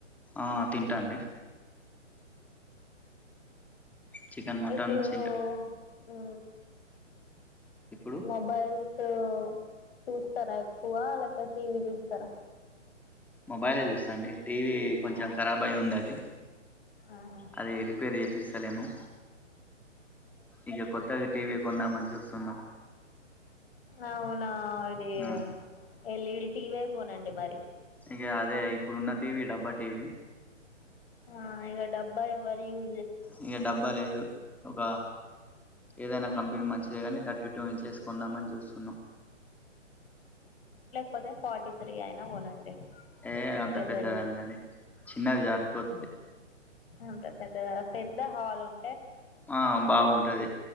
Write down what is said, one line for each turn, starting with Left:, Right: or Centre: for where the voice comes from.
Centre: ఆ తింటా అండి చికెన్ మటన్
Left: ఇప్పుడూ
Centre: తింటా
Left: ఊ
Centre: ఇప్పుడు
Left: మొబైల్ సో చూస్తారా ఎక్కువ లేకపోతే టీవీ చూస్తరా
Centre: మొబైల్ చూస్తండి టీవీ కొంచెం ఖరాబ్ అయి ఉంది అది
Left: ఆహా
Centre: అది రిపేర్ చేపిస్తలేము ఇక కొత్తగా టీవీ కొందమని చూస్తున్నాం
Left: అవునా ఇది
Centre: ఉమ్
Left: ఎల్ఇడి టివి ఏ కొనండి మరి
Centre: ఇగ అదే ఇప్పుడున్న టీవీ డబ్బా టీవీ
Left: ఆ ఇగ డబ్బా ఎవ్వరు ఈరు
Centre: ఇంక డబ్బా లేదు ఒక ఏదైనా కంపెనీ మంచిదే కానీ ట ఎయిటీ ఇంచెస్ కొందామని చూస్తున్నాం
Left: కదా ఫార్టీ త్రీ అయినా కొనండి
Centre: ఏ అంత
Left: పెద్దది
Centre: పెద్దదద్దండి చిన్నది జరిపోతది
Left: అంత పెద్దా పెద్ద హాల్ ఉం
Centre: ఆ బాగుంటది